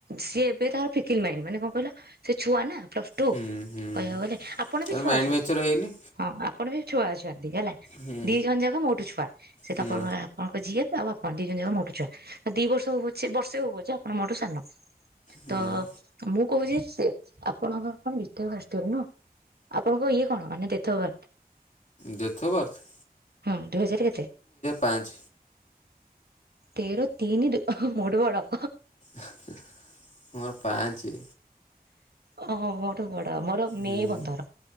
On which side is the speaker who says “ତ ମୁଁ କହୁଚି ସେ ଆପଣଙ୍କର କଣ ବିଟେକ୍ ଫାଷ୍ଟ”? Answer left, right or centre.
Right